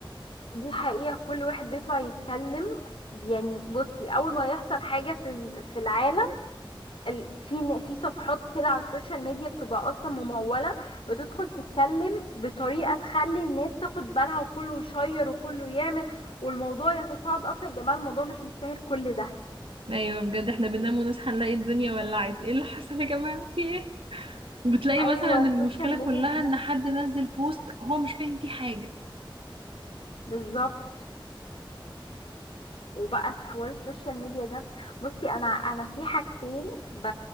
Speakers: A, on the left; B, on the right.
A: دي حقيقة كل واحد بيطلع يتكلم يعني بصي اول ما يحصل حاجة في ال- في العالم ال... في ن- في صفحات كده على السوشيال ميديا بتبقى اصلا ممولة بتدخل تتكلم بطريقة تخلي الناس تاخد بالها وكله يشير وكله يعمل والموضوع يتصاعد اصلا يا جماعة الموضوع مش مستاهل كل ده
B: ايوه بجد احنا بننام ونصحى نلاقي الدنيا ولعت ايه اللي حصل يا جماعه في ايه وبتلاقي
A: ايوه
B: مثلا المشكلة
A: السوشيال
B: كلها
A: ميديا بجد
B: ان حد نزل بوست هو مش فاهم فيه حاجة
A: بالظبط وبقى في حوار السوشيال ميديا ده بصي انا انا في حاجتين ب...